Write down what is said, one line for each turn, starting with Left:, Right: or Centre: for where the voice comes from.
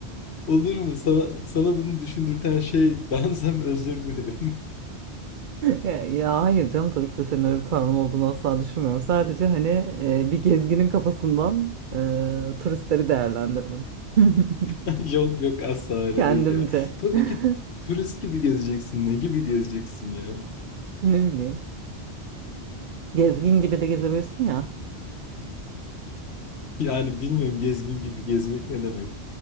Left: Olur mu? Sana, sana bunu düşündürten şey bensem özür dilerim.
Right: Ya, ya hayır canım tabii ki de senin öyle bir tavrın olduğunu asla düşünmüyorum. Sadece hani e, bir gezginin kafasından e, turistleri değerlendirdim. <laughs>
Left: <laughs> Yok yok asla öyle
Right: Kendimce.
Left: değil ya. Tabii
Right: <laughs>
Left: ki turist gibi gezeceksin. Ne gibi gezeceksin ya?
Right: Ne bileyim. Gezgin gibi de gezebilirsin ya.
Left: Yani bilmiyorum gezgin gibi gezmek ne demek.